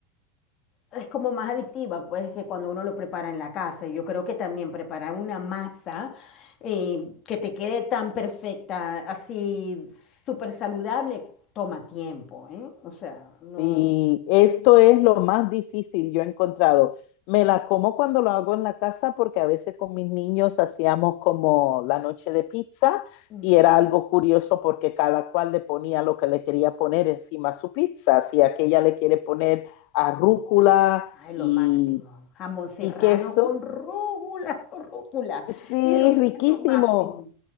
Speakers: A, on the left; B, on the left.
A: Es como más adictiva, pues, que cuando uno lo prepara en la casa. Y Yo creo que también preparar una masa eh, que te quede tan perfecta, así súper saludable, toma tiempo, ¿eh? O sea, no...
B: Sí, esto es lo más difícil yo he encontrado. Me la como cuando lo hago en la casa porque a veces con mis niños hacíamos como la noche de pizza
A: mm,
B: y era algo curioso porque cada cual le ponía lo que le quería poner encima a su pizza. Si aquella le quiere poner arrúcula
A: Ay, lo
B: y,
A: máximo. Jamón serrano
B: y queso.
A: con rúcula, <laughs> rúcula.
B: Sí,
A: Es
B: riquísimo.
A: lo máximo.